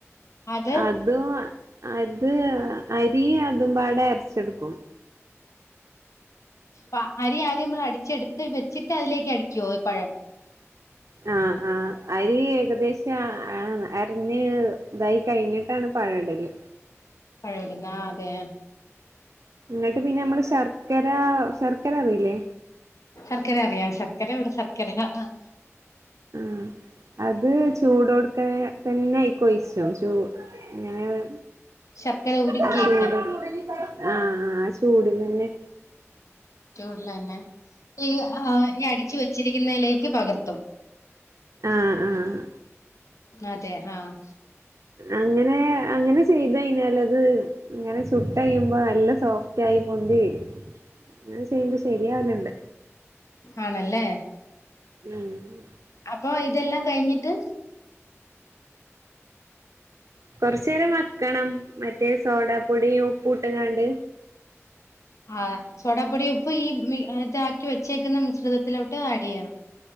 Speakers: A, on the left (about 80°); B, on the right (about 85°).
A: അത്
B: അതും അത് അരി അതുംപാടെ അരച്ചെടുക്കും
A: ഇപ്പം അരി ആദ്യം നമ്മള് അടിച്ചെടുത്ത് വെച്ചിട്ട് അതിലേക്ക് അടിക്കുവോ ഈ പഴം
B: ആഹ് അഹ് അരി ഏകദേശ അ ആന്ന് അരഞ്ഞ് ഇതായി കഴിഞ്ഞിട്ടാണ് പഴ ഇടല്
A: പഴ ഇട്ന്ന ആതെ
B: എന്നിട്ട് പിന്നെ അമ്മള് ശർക്കര ശർക്കര അറീല്ലേ
A: ശർക്കര അറിയാം ശക്കര ഇവ്ടെ ശർക്കര ആഹ് ആഹ്
B: ഉം അത് ചൂടോട്ക്കാ തന്നെ അയ്ക്കോയ്ച്ചോ ചു അങ്ങനെ ഒരു
A: ശർക്കര ഉരുക്കിയിട്ട്
B: ആഹ് ചൂടോട് ആഹ് ആഹ് ചൂട്ലന്നെ
A: ചൂട്ലന്നെ ഈ ആഹ് ഇനി അടിച്ച് വെച്ചിരിക്കുന്നെലേക്ക് പകർത്തും
B: അഹ് ആഹ്
A: അതെ ആഹ്
B: അങ്ങനെ അങ്ങന ചെയ്ത് കയ്ഞ്ഞാലത് ഇങ്ങന ചുട്ടയ്യുമ്പോ നല്ല സോഫ്‌ റ്റായി പൊന്തി വെരും അങ്ങന ചെയ്യ്മ്പോ ശരിയാവല്ണ്ട്
A: ആണല്ലേ
B: ഉം ഉം
A: അപ്പൊ ഇതെല്ലാം കയ്ഞ്ഞിട്ട്
B: കൊറച്ചെരം വെക്കണം മറ്റേ സോഡാപ്പൊടിയും ഉപ്പൂട്ട്ങ്ങാണ്ട്
A: ആഹ് സോഡാപ്പൊടി ഉപ്പ് ഈ മി ഏഹ് റ്റാക്കി വെച്ചേക്ക്‌ന്ന മിശ്രിതത്തിലോട്ട് ആഡ്യ്യണം